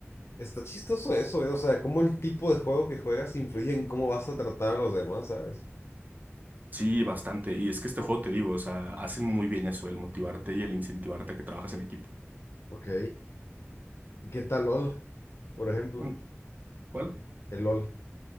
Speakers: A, on the left; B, on the right.
A: Está chistoso eso, ¿eh? O sea, cómo el tipo de juego que juegas influye en cómo vas a tratar a los demás, ¿sabes?
B: Sí, bastante. Y es que este juego, te digo, o sea, hacen muy bien eso, el motivarte y el incentivarte a que trabajas en equipo.
A: Ok. ¿Y qué tal LOL, por ejemplo?
B: Mm, ¿Cuál?
A: El LOL.